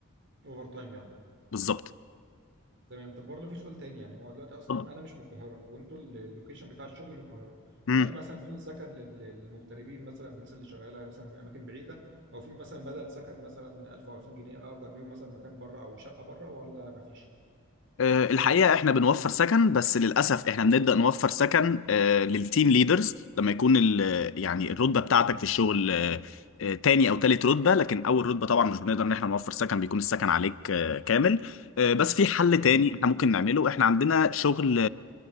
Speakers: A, on the right; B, on the left.
A: اوفر تايم يعني
B: بالظبط
A: تمام طب برضه في سؤال تاني يعني هو دلوقتي اصلا
B: اتفضل
A: انا مش من القاهره وانتوا ال- اللوكيشن بتاع الشغل من القاهره
B: مم.
A: فهل مثلا في سكن لل- للمغتربين مثلا الناس اللي شغاله مثلا من اماكن بعيده او في مثلا بدل سكن مثلا 1000 او 2000 جنيه اجر بيهم مثلا مكان بره او شقه بره ولا مفيش
B: آه، الحقيقة احنا بنوفر سكن بس للأسف احنا بنبدأ نوفر سكن آه، للتيم ليدرز لما يكون ال- يعني الرتبة بتاعتك في الشغل آه، آه، تاني أو تالت رتبة لكن أول رتبة طبعا مش بنقدر إن احنا نوفر سكن بيكون السكن عليك آه، كامل آه، بس في حل
A: تمام
B: تاني احنا ممكن نعمله احنا عندنا شغل